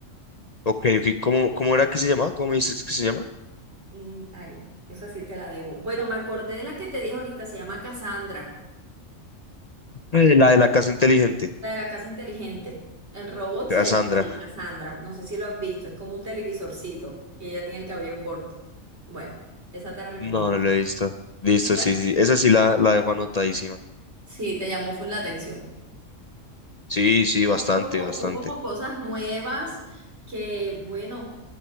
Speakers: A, on the left (about 40°); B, on the right (about 55°).
A: Ok, ok. ¿Cómo, cómo era que se llamaba? ¿Cómo me dices que se llama?
B: Mm, ay, esa sí te la debo. Bueno, me acordé de la que te dije ahorita, se llama Cassandra.
A: Eh, La de la casa inteligente.
B: La de la casa inteligente. El robot
A: Cassandra.
B: se llama así, Cassandra. No sé si lo has visto. Es como un televisorcito y ella tiene el cabello corto. Bueno, esa te la recomiendo.
A: No, no la he visto. Listo,
B: Y la-
A: sí, sí. Esa sí la, la dejo anotadísima.
B: Sí, te llamó full la atención.
A: Sí, sí, bastante,
B: Son como,
A: bastante.
B: son como cosas nuevas que, bueno,